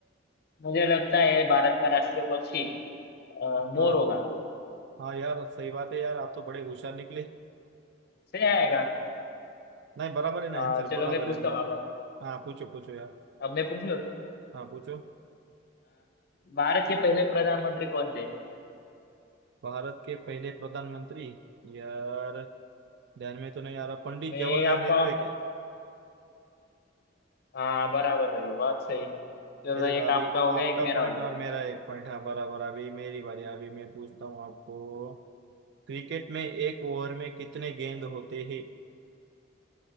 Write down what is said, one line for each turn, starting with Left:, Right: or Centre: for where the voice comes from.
Left: मुझे लगता है भारत का राष्ट्रीय पक्षी अ, मोर
Right: हाँ
Left: होगा
Right: हाँ यार सही बात है यार आप तो बड़े होशियार निकले
Left: सही आएगा
Right: नहीं बराबर है ना
Left: अ,
Right: आंसर
Left: चलो
Right: बराबर
Left: मैं पूछता
Right: है मोर
Left: हूँ अब
Right: हाँ पूछो पूछो यार
Left: अब मैं पूछू
Right: हाँ पूछो
Left: भारत के पहले प्रधानमंत्री कौन थे
Right: भारत के पहले प्रधानमंत्री यार ध्यान में तो नहीं आ रहा पंडित
Left: मैं
Right: जवाहरलाल
Left: आपको
Right: नेहरू है क्या
Left: हाँ बराबर भाई बहुत सही चलो
Right: ये देखो
Left: एक
Right: अभी
Left: आपका हो गया
Right: आपका
Left: एक मेरा
Right: पॉइंट
Left: हो गया
Right: और मेरा एक पॉइंट हाँ बराबर अभी मेरी बारी अभी मैं पूछता हूँ आपको क्रिकेट में एक ओवर में कितने गेंद होते हैं